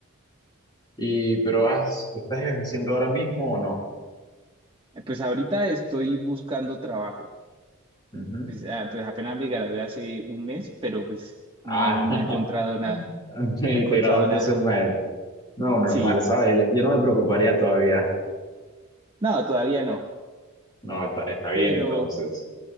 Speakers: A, on the left; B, on the right.
A: Y, pero has, ¿estás ejerciendo ahora mismo o no?
B: Eh, Pues ahorita estoy buscando trabajo.
A: Ujú.
B: Pues, ah, pues apenas me gradué hace un mes, pero pues
A: Ah,
B: no,
A: <laughs>
B: no he encontrado nada,
A: te
B: no he encontrado
A: grabaste
B: nada.
A: hace un mes. No, normal,
B: Sí,
A: ¿sabes? Yo, yo no me preocuparía todavía.
B: no, todavía no,
A: No, está, está bien
B: pero
A: entonces.